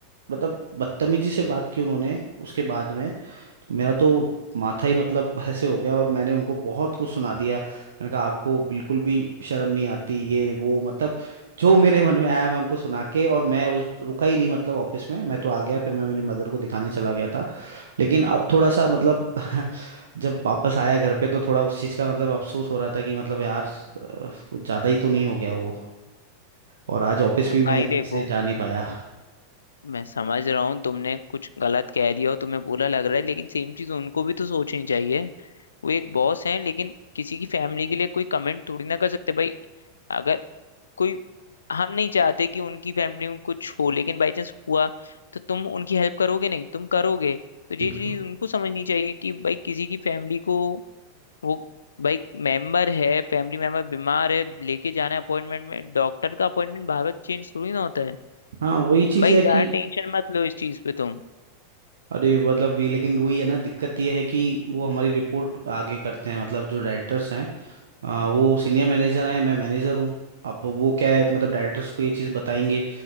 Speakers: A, on the right (about 65°); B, on the left (about 70°).
A: मतलब बदतमीजी से बात की उन्होंने उसके बाद में तो मेरा तो माथा ही मतलब ऐसे हो गया और मैंने उनको बहुत कुछ सुना दिया मैंने कहा आपको बिल्कुल भी शर्म नहीं आती ये वो मतलब जो मेरे मन में आया मैं उनको सुना के और मैं उस रुका ही नहीं मतलब ऑफिस में मैं तो आ गया फिर मैं मेरी मदर को दिखाने चला गया था लेकिन अब थोड़ा सा मतलब <laughs> जब वापस आया घर पे तो थोड़ा उस चीज़ का मतलब अफसोस हो रहा था कि मतलब यार अ, कुछ ज़्यादा ही तो नहीं हो गया वो और आज ऑफिस
B: तो
A: भी मैं
B: भाई देखो
A: इसलिए जा नहीं पाया
B: म- मैं समझ रहा हूँ तुमने कुछ गलत कह दिया और तुम्हें बुरा लग रहा है लेकिन सेम चीज उनको भी तो सोचनी चाहिए वो एक बॉस हैं लेकिन किसी की फैमिली के लिए कोई कमेंट थोड़ी ना कर सकते भाई अगर कोई हम नहीं चाहते कि उनकी फैमिली में कुछ हो लेकिन बाई चांस हुआ तो तुम उनकी हेल्प करोगे नहीं तुम करोगे तो ये
A: बिल्कुल
B: चीज उनको समझनी चाहिए कि भाई किसी की फैमिली को वो भाई मेंबर है फैमिली मेंबर बीमार है लेके जाना है अपॉइंटमेंट में डॉक्टर का अपॉइंटमेंट बार बार चेंज थोड़ी ना होता है
A: हाँ वही चीज़
B: भाई
A: है
B: ज्यादा
A: कि
B: टेंशन मत लो इस चीज पे तुम
A: अरे मतलब भी लेकिन वही है ना दिक्कत ये है कि वो हमारी रिपोर्ट आगे करते हैं मतलब जो डायरेक्टर्स हैं आ, वो सीनियर मैनेजर हैं मैं मैनेजर हूँ अब वो क्या है मतलब डायरेक्टर्स को ये चीज़ बताएंगे